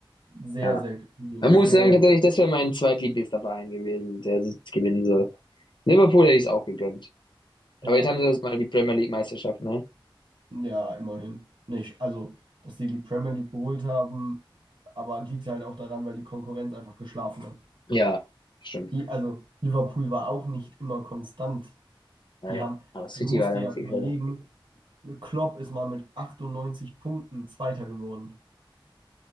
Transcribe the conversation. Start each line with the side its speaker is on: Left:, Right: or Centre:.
Right: Sehr,
Left: ja.
Right: sehr, also
Left: Man
Right: sehr,
Left: muss sagen, tatsächlich, das wäre mein zweitliebster Verein gewesen, der das gewinnen soll. Liverpool hätte ich es auch gegönnt.
Right: ja.
Left: Aber jetzt haben sie jetzt mal die Premier League Meisterschaft, ne?
Right: Ja, immerhin. Nicht, also, dass die die Premier League geholt haben, aber liegt halt auch daran, weil die Konkurrenz einfach geschlafen hat.
Left: Ja, stimmt.
Right: Die, also, Liverpool war auch nicht immer konstant.
Left: Naja,
Right: Die haben,
Left: aber City
Right: du musst
Left: war da
Right: dir
Left: einfach viel
Right: ja überlegen,
Left: schlechter.
Right: Klopp ist mal mit 98 Punkten Zweiter geworden.